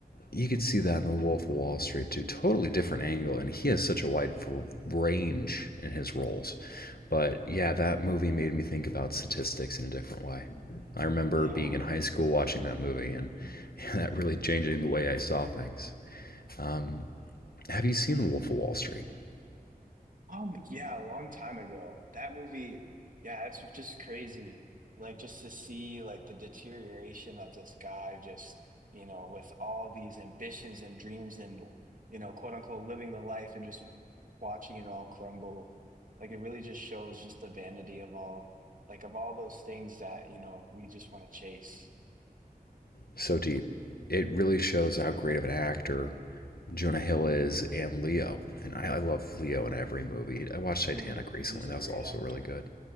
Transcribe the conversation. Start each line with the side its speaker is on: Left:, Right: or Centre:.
Left: You could see that in The Wolf of Wall Street too. Totally different angle, and he has such a wide range in his roles. But
Right: hmm
Left: yeah, that movie made me think about statistics in a different way. I remember
Right: Yeah.
Left: being in high school watching that movie, and <laughs> yeah, that really changing the way I saw things. Um, have you seen The Wolf of Wall Street?
Right: Um, yeah, a long time ago. That movie, yeah, it's just crazy. Like just to see like the deterioration of this guy just, you know, with all these ambitions and dreams and, you know, quote unquote living the life and just watching it all crumble. Like it really just shows just the vanity of all like of all those things that, you know, we just want to chase.
Left: So deep. It really shows how great of an actor Jonah Hill is and Leo. And I, I love Leo in every movie. I watched Titanic
Right: Mm,
Left: recently.
Right: he's a
Left: That
Right: great
Left: was also
Right: actor.
Left: really good.